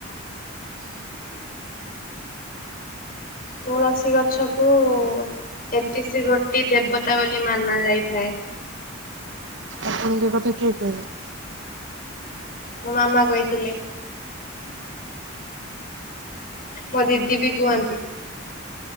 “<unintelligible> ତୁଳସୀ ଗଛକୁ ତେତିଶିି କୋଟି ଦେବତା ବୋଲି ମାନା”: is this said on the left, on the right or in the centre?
Left